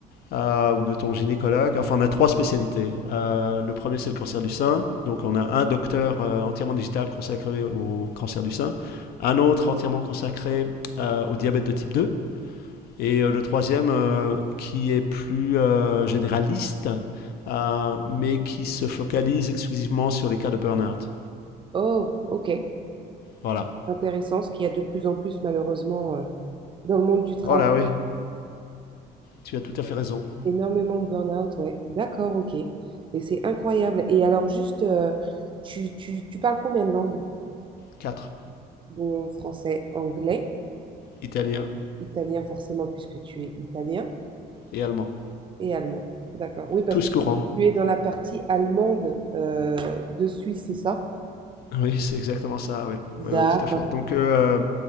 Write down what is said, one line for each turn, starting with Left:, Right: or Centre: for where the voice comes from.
Left: euh, ou de ton gynécologue. Enfin, on a trois spécialités. Euh, le premier, c'est le cancer du sein. Donc, on a un docteur euh, entièrement digital consacré au cancer du sein, un autre entièrement consacré euh, au diabète de type 2. et euh, le troisième euh, qui est plus euh, généraliste, euh, mais qui se focalise exclusivement sur les cas de burn-out.
Right: Oh, ok.
Left: Voilà.
Right: Intéressant, ce qu'il y a de plus en plus, malheureusement, euh, dans le monde du travail.
Left: Oh là oui, tu as tout à fait raison.
Right: Énormément de burn-out, ouais. D'accord, ok. Mais c'est incroyable. Et alors, juste, euh, tu, tu, tu parles combien de langues?
Left: Quatre,
Right: Bon, français, anglais.
Left: italien
Right: Italien, forcément, puisque tu es italien
Left: et allemand.
Right: et allemand. D'accord. Oui, parce
Left: Tous
Right: que
Left: courants.
Right: tu es dans la partie allemande euh, de Suisse, c'est ça?
Left: Oui, c'est exactement ça, oui, oui,
Right: D'accord.
Left: oui tout à fait. Donc, euh,